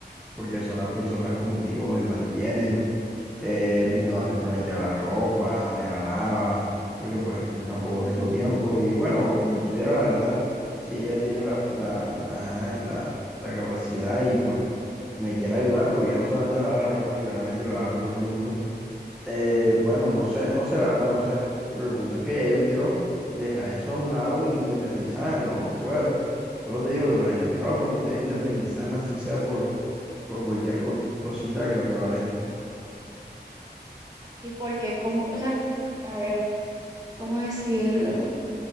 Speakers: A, in the centre; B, on the right (about 20°).
A: porque son las personas, como te digo, me mantienen. Eh, mi mamá me plancha la ropa, me la lava, porque pues yo tampoco
B: Ujú.
A: tengo tiempo. Y bueno, aunque lo tuviera, la verdad, si ella tiene la, la, la, ajá, la- la capacidad y pues me quiere ayudar, porque ya no solamente le lava la ropa a mí, claramente le lava la ropa a todo el mundo. Eh, bueno, no sé, no sé, la verdad, no sé. Pero el punto es que ya yo quiero dejar eso a un lado e independizarme, pero no puedo. Luego te digo que apenas yo tenga la oportunidad de independizarme, así sea por por cualquier co- cosita, creo que lo haré.
B: ¿Y por qué? ¿Cómo? O sea, a ver, ¿cómo decirlo? O